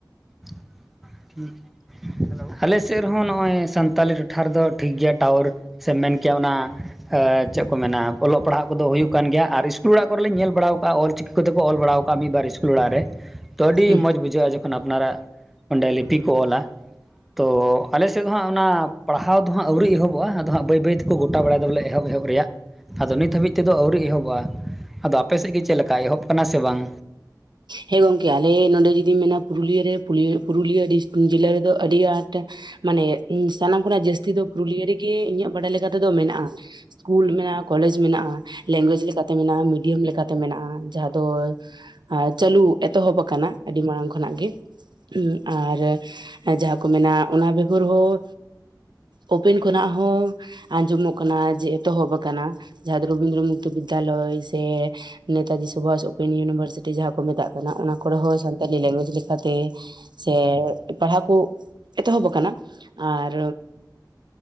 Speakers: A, in the centre; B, on the right (about 80°).
A: <inaudible> <unintelligible> ᱟ ᱞᱮ ᱥᱮᱫ ᱨᱮᱦᱚᱸ ᱱᱚᱜᱼᱚᱭ ᱥᱟᱱᱛᱟᱞᱤ ᱴᱚᱴᱷᱟ ᱨᱮᱫᱚ ᱴᱷᱤᱠ ᱜᱮᱭᱟ ᱴᱟᱣᱚᱨ ᱥᱮᱢ ᱢᱮᱱ ᱠᱮᱭᱟ ᱚᱱᱟᱼᱼ ᱦᱮᱸ ᱪᱮᱫ ᱠᱚ ᱢᱮᱱᱟ ᱚᱞᱚᱜ ᱯᱟᱲᱦᱟᱜ ᱠᱚᱫᱚ ᱦᱩᱭᱩᱜ ᱠᱟᱱ ᱜᱮᱭᱟ ᱟᱨ ᱤᱥᱠᱩᱞ ᱚᱲᱟᱜ ᱠᱚᱨᱮᱫᱞᱤᱧ ᱧᱮᱞ ᱵᱟᱲᱟᱣ ᱠᱟᱜᱼᱟ ᱚᱞ ᱪᱤᱼᱼ ᱫᱚᱠᱚ ᱚᱞ ᱵᱟᱲᱟᱣ ᱟᱠᱟᱫᱼᱟ ᱢᱤᱫ ᱵᱟᱨ ᱤᱥᱠᱩᱞ ᱚᱲᱟᱜ ᱨᱮ ᱛᱚ ᱟᱹᱰᱤ
B: ᱦᱮᱸ
A: ᱢᱚᱡᱽ ᱵᱩᱡᱟᱹᱜᱼᱟ ᱡᱚᱠᱷᱚᱱ ᱟᱯᱱᱟᱨᱟᱜᱼᱼ ᱚᱸᱰᱮ ᱞᱤᱯᱤ ᱠᱚ ᱚᱞᱟ ᱾ ᱛᱚ ᱟᱞᱮᱥᱮᱫ ᱫᱚ ᱦᱟᱸᱜ ᱚᱱᱟ ᱯᱟᱲᱦᱟᱣ ᱫᱚ ᱦᱟᱸᱜ ᱟᱹᱣᱨᱤ ᱮᱦᱚᱵᱚᱜᱼᱟ, ᱟᱫᱚ ᱦᱟᱸᱜ ᱵᱟᱹᱭ ᱵᱟᱹᱭᱛᱮᱼᱼ ᱩᱱᱠᱩ ᱜᱚᱴᱟ ᱵᱟᱲᱟ ᱫᱚ ᱵᱚᱞᱮ ᱮᱦᱚᱵ ᱮᱦᱚᱵ ᱨᱮᱭᱟᱜᱼᱼ ᱟᱫᱚ ᱱᱤᱛ ᱦᱟᱹᱵᱤᱡ ᱛᱮᱫᱚ ᱟᱹᱣᱨᱤ ᱮᱦᱚᱵᱚᱜᱼᱟ, ᱟᱫᱚ ᱟᱯᱮ ᱥᱮᱫ ᱜᱮ ᱪᱮᱫᱞᱮᱠᱟ ᱮᱦᱚᱵ ᱠᱟᱱᱟ ᱥᱮ ᱵᱟᱝ?
B: ᱦᱮᱸ ᱜᱚᱢᱠᱮ ᱟᱞᱮ ᱱᱚᱸᱰᱮ ᱡᱩᱫᱤᱢ ᱢᱮᱱᱟ ᱯᱩᱨᱩᱞᱤᱭᱟᱹ ᱨᱮ ᱯᱩᱨᱩᱞᱤᱭᱟᱹ ᱡᱮᱞᱟ ᱨᱮᱫᱚ ᱟᱹᱰᱤ ᱟᱸᱴᱼᱼ ᱢᱟᱱᱮ ᱥᱟᱱᱟᱢ ᱠᱷᱚᱱᱟᱜ ᱡᱟᱹᱥᱛᱤ ᱫᱚ ᱯᱩᱨᱩᱞᱤᱭᱟᱹ ᱨᱮᱜᱮ ᱤᱧᱟᱹᱜ ᱵᱟᱲᱟᱭ ᱞᱮᱠᱟ ᱛᱮᱫᱚ ᱢᱮᱱᱟᱜᱼᱟ ᱾ ᱤᱥᱠᱩᱞ ᱢᱮᱱᱟᱜᱼᱟ, ᱠᱚᱞᱮᱡᱽ ᱢᱮᱱᱟᱜᱼᱟ ᱾ ᱞᱮᱝᱜᱩᱭᱮᱡᱽ ᱞᱮᱠᱟ ᱛᱮ ᱢᱮᱱᱟᱜᱼᱟ, ᱢᱤᱰᱤᱭᱟᱢ ᱞᱮᱠᱟ ᱛᱮ ᱢᱮᱱᱟᱜᱼᱟ, ᱡᱟᱦᱟᱸ ᱫᱚ ᱟᱨ ᱪᱟᱹᱞᱩ ᱮᱛᱚᱦᱚᱵ ᱟᱠᱟᱱᱟ ᱟᱹᱰᱤ ᱢᱟᱲᱟᱝ ᱠᱷᱚᱱᱟᱜ ᱜᱮ ᱾ ᱦᱩᱸ ᱟᱨ ᱡᱟᱦᱟᱸ ᱠᱚ ᱢᱮ ᱚᱱᱟ ᱵᱮᱜᱚᱨ ᱦᱚᱸ ᱳᱯᱮᱱ ᱠᱷᱚᱱᱟᱜ ᱦᱚᱸ ᱟᱸᱡᱚᱢᱚᱜ ᱠᱟᱱᱟ ᱡᱮ ᱮᱛᱚᱦᱚᱵ ᱟᱠᱟᱱᱟ ᱾ ᱡᱟᱦᱟᱸ ᱫᱚ ᱨᱚᱵᱤᱱᱫᱨᱚ ᱢᱩᱠᱛᱚ ᱵᱤᱫᱽᱫᱟᱞᱚᱭ ᱥᱮ ᱱᱮᱛᱡᱤ ᱥᱩᱵᱷᱟᱥ ᱳᱯᱮᱱ ᱤᱭᱩᱱᱤᱵᱷᱟᱨᱥ ᱡᱟᱦᱟᱸ ᱠᱚ ᱢᱮᱛᱟᱜ ᱠᱟᱱᱟ ᱚᱱᱟ ᱠᱚᱨᱮᱦᱚᱸ ᱥᱟᱱᱛᱟᱞᱤ ᱞᱮᱜᱩᱭᱮᱡᱽ ᱞᱮᱠᱟᱛᱮ ᱥᱮ ᱯᱟᱲᱦᱟ ᱠᱚ ᱮᱛᱚᱦᱚᱵ ᱟᱠᱟᱱᱟ, ᱟᱨ